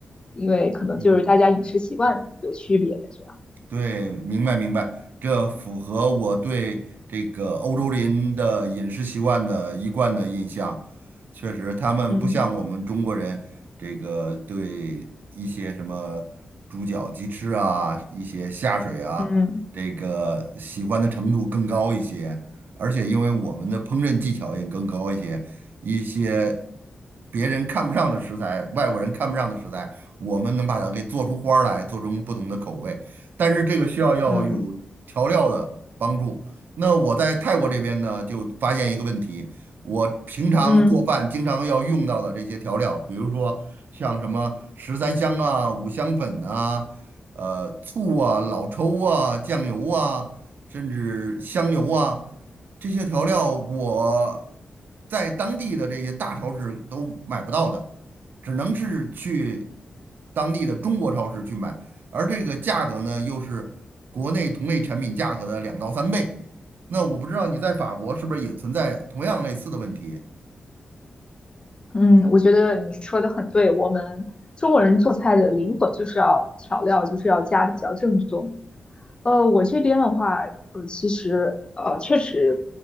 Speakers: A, on the left; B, on the right.
A: 因为可能就是大家饮食习惯有区别，
B: 嗯。
A: 这样。
B: 对，明白明白，这符合我对这个欧洲人的饮食习惯的一贯的印象。确实，他们不像我们中国人，
A: 嗯
B: 这个对一些什么猪脚、鸡翅啊，一些下水啊，
A: 嗯
B: 这个喜欢的程度更高一些。而且，因为我们的烹饪技巧也更高一些，一些别人看不上的食材，外国人看不上的食材，我们能把它给做出花儿来，做出不同的口味。但是这个需要要有调料的帮助。
A: 嗯
B: 那我在泰国这边呢，就发现一个问题，我平常做饭经常要用到的这些调料，
A: 嗯
B: 比如说像什么十三香啊、五香粉啊、呃醋啊、老抽啊、酱油啊，甚至香油啊，这些调料我在当地的这些大超市都买不到的，只能是去当地的中国超市去买。而这个价格呢，又是国内同类产品价格的两到三倍。那我不知道你在法国是不是也存在同样类似的问题？
A: 嗯，我觉得你说的很对，我们中国人做菜的灵魂就是要调料，就是要加的比较正宗。呃，我这边的话，呃，其实呃，确实